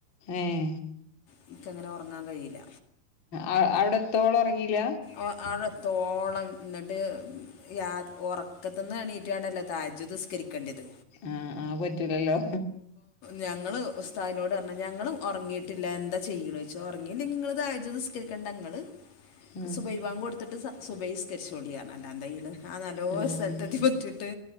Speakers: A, on the left; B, on the left.
A: ഏയ്
B: എനിക്കങ്ങനെ ഉറങ്ങാൻ കഴിയില്ല
A: അ അവിടെ എത്തോളം ഉറങ്ങില്ല
B: അ അടെത്തോളം എന്നിട്ട് യാ ഉറക്കത്തിുന്ന് എണീറ്റ് വേണ്ടല്ലോ താജ്ദസ്കരിക്കേണ്ടത്
A: ആഹ് ആഹ് പറ്റുലല്ലോ
B: ഞങ്ങൾ ഉസ്താവിനോട് പറഞ്ഞാൽ ഞങ്ങൾ ഉറങ്ങിയിട്ടില്ല എന്താ ചെയ്യണന്ന് ചെച്ചാ ഉറങ്ങിയി ലങ്കി നിങ്ങള് തജ്ജുത്ത് നിസ്കാരി കണ്ട നിങ്ങള്
A: ഉം
B: സുബൈ പാങ് കൊടുത്തിട്ട് സുബൈസ്കരിച്ച്ൊടിയറ അല്ല എന്തൽ ആ നല്ലോ
A: ഉം
B: സ്ഥലത്തെത്തി പൊറ്റിയിട്ട്